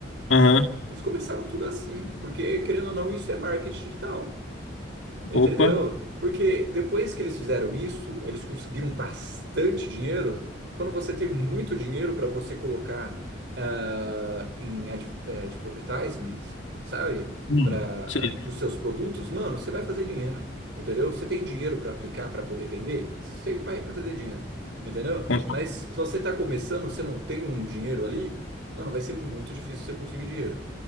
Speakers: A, on the left (about 80°); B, on the right (about 65°).
A: Aham.
B: Eles começaram tudo assim, porque querendo ou não, isso é marketing digital. Entendeu?
A: Opa.
B: Porque depois que eles fizeram isso, eles conseguiram bastante dinheiro. Quando você tem muito dinheiro para você colocar ah, em adv- advertisement, sabe?
A: Hum.
B: Para
A: Sei.
B: os seus produtos, mano, você vai fazer dinheiro. Entendeu? Você tem dinheiro para aplicar para poder vender? Você vai fazer dinheiro. Entendeu?
A: Com-
B: Mas se você está começando, você não tem um dinheiro ali, mano, vai ser muito difícil você conseguir dinheiro.